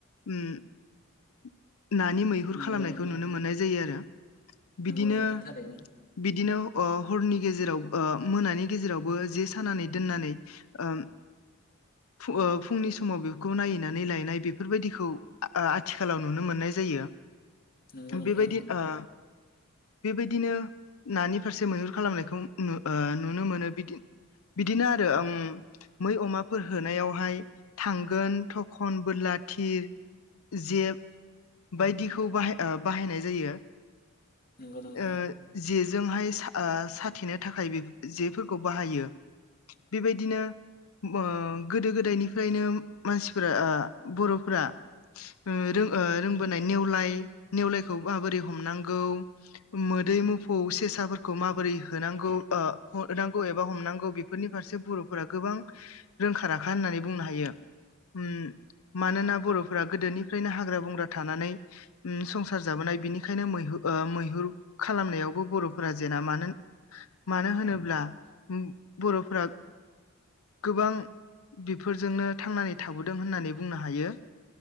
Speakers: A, on the left (about 80°); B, on the left (about 45°).
A: उम नानि मैहुर
B: नंगौ
A: खालामनायखौ
B: नोंथां
A: नुनो मोननाय जायो आरो बिदिनो
B: नंगौ नोंथां थारैनो
A: बिदिनो अ हरनि गेजेराव ओ मोनानि गेजेरावबो जे सानानै दोननानै ओम फु ओ फुंनि समाव बेखौ नायैनानै लायनाय बेफोरबायदिखौ आ-आ-आथिखालाव नुनो मोननाय जायो
B: नंगौ नोंथां
A: बेबायदि ओ बेबायदिनो नानि फारसे मैहुर खालामनायखौ नु ओ नुनो मोनो बिदि बिदिनो आरो उम मै अमाफोर होनायावहाय थांगोन थखन बोरला थिर जेब बायदिखौ ओ बाहाय बाहायनाय जायो
B: नंगौ नोंथां
A: ओ जिज जोंहाय सा ओ साथेनो थाखाय बे जेफोरखौ बाहायो बेबायदिनो मो गोदो गोदायनिफ्रायनो मानसिफोरा ओ बर'फोरा ओ रों ओ रोंबोनाय नेवलाय नेवलायखौ माबोरै हमनांगौ मोदै मोफौ सेसाफोरखौ माबोरै होनांगौ ओ हनांगौ एबा हमनांगौ बेफोरनि फारसे बर'फोरा गोबां रोंखा राखा होननानै बुंनो हायो उम मानोना बर'फोरा गोदोनिफ्रायनो हाग्रा बंग्रा थानानै उम संसार जाबोनाय बिनिखायनो मैहु ओ मै हुर खालामनायावबो बर'फोरा जेना मानोन मानो होनोब्ला बर'फोरा गोबां बिफोरजोंनो थांनानै थाबोदों होननानै बुंनो हायो